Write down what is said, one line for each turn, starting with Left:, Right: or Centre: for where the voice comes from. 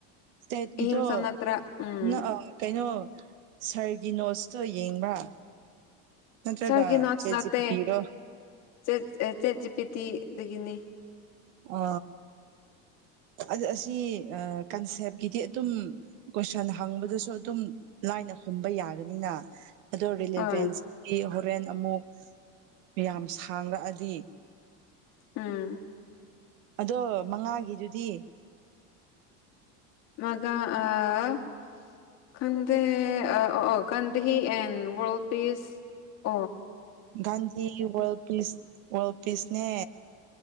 Right: ꯁ꯭ꯇꯦꯇꯀꯤꯗꫭ
Left: ꯑꯍꯤꯝꯁꯥ ꯅꯠꯇ꯭ꯔ ꯎꯝ
Right: ꯅ ꯑꯪ ꯀꯩꯅꯣ ꯁꯥꯔꯒꯤ ꯅꯣꯠꯁꯇꯣ ꯌꯦꯡꯕ꯭ꯔ ꯅꯠꯇ꯭ꯔꯒ
Left: ꯁꯥꯔꯒꯤ ꯅꯣꯠꯁ
Right: ꯆꯦꯠ
Left: ꯅꯠꯇꯦ
Right: ꯖꯤ ꯄꯤ ꯇꯤꯔꯣ
Left: ꯆꯦꯠ ꯆꯦꯠ ꯖꯤ ꯄꯤ ꯇꯤꯗꯒꯤꯅꯤ
Right: ꯑ ꯑꯗꯨ ꯑꯁꯤ ꯀꯟꯁꯦꯞꯀꯤꯗꯤ ꯑꯗꯨꯝ ꯀꯣꯏꯁꯟ ꯍꯪꯕꯗꯁꯨ ꯑꯗꯨꯝ ꯂꯥꯏꯅ ꯈꯨꯝꯕ ꯌꯥꯒꯅꯤꯅ ꯑꯗꯨ ꯔꯤꯂꯤꯚꯦꯟꯁꯇꯤ
Left: ꯍꯣꯏ
Right: ꯍꯣꯔꯦꯟ ꯑꯃꯨꯛ ꯌꯥꯝ ꯁꯥꯡꯔꯛꯑꯗꯤ
Left: ꯎꯝ
Right: ꯑꯗꯣ ꯃꯉꯥꯒꯤꯗꯨꯗꯤ
Left: ꯃꯒ ꯑꯥ ꯈꯪꯗꯦ <unintelligible> ꯒꯥꯟꯙꯤ ꯑꯦꯟ ꯋꯥꯔꯜ ꯄꯤꯁ ꯑꯣ
Right: ꯥꯒꯥꯟꯙꯤ ꯋꯥꯔꯜ ꯄꯤꯁ ꯋꯥꯔꯜ ꯄꯤꯁꯅꯦ